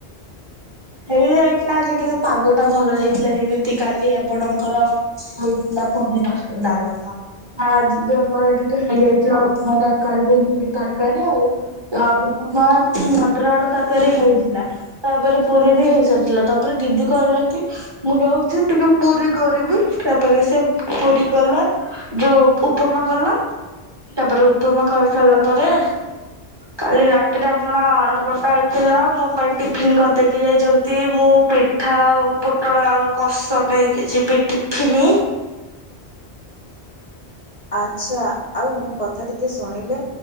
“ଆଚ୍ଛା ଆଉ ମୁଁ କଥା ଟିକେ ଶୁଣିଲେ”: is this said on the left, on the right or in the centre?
Left